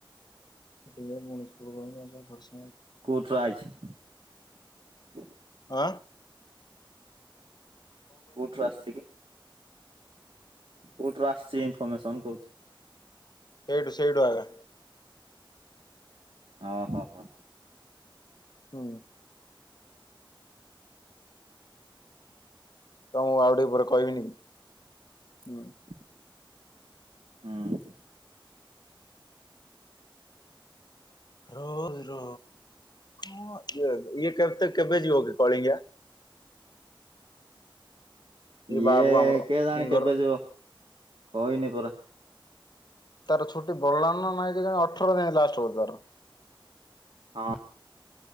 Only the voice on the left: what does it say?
ଏଠିକ ମୁଣିି <inaudible>
ହଁ
ଏଇଠୁ ସେଇଡଠୁ
ହୁଁ। ତ ମୁଁ ଆଉ ଟିକେ ପରେ କହିବିିନିକି
ରୋଜ ରୋ ଇଏ ଇଏ କେତେ କେବେ ଯିବ କି କଳିଙ୍ଗା?
ଇଏ
ବାବୁ ଆମର
ସିଙ୍ଗର
ତାର ଛୁଟି ବଢିଲାଣି ନା ନାଇଁ କେଜାଣି ଅଠର ଯାଏ ଲାଷ୍ଟ ବୋଧେ ତାର।